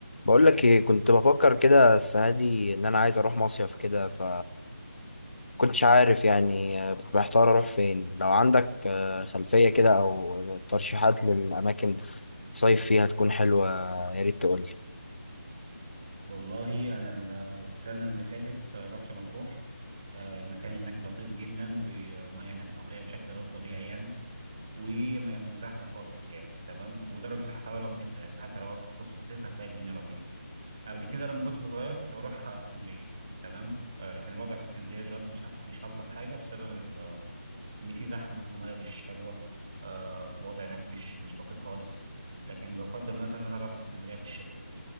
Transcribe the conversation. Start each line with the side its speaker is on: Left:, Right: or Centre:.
Left: بقول لك ايه كنت بفكر كده السنه دي ان انا عايز اروح مصيف كده ف كنتش عارف يعني آه، كنت محتار اروح فين لو عندك آه، خلفيه كده او ترشيحات للاماكن تصيف فيها تكون حلوه يا ريت تقول لي
Right: والله أنا ال- السنة اللي فاتت آه، رحت مطروح آه، المكان هناك لطيف جدا والمياه هناك نقية بشكل غير طبيعي يعني ومش زحمة خالص يعني تمام ودرجة الحرارة لطيفة يعني حتى لو رحت في وسط الصيف هتلاقي الدنيا لطيفة قبل كده لما كنت صغير كنت بروح آه، اسكندرية تمام آه، لكن الوضع في اسكندرية دلوقتي مش أف- مش ألطف حاجة بسبب ال- إن في زحمة المياه مش حلوة آه، الوضع هناك مش مش لطيف خالص لكن بفضل مثلا إن أنا أروح اسكندرية في الشتاء